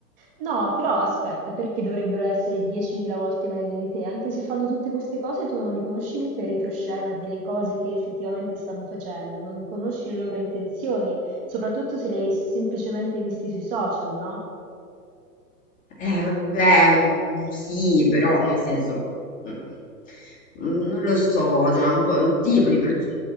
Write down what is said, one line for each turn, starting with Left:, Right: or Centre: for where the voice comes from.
Right: No, però aspetta, perché dovrebbero essere 10.000 volte meglio di te? Anche se fanno tutte queste cose, tu non li conosci mica in retroscena delle cose che effettivamente stanno facendo, non conosci le loro intenzioni, soprattutto se le hai semplicemente visti sui social, no?
Left: Eh, vabbè, mm, sì, però nel senso, mm, mm, non lo so, cioè è un po' un tipo di... per-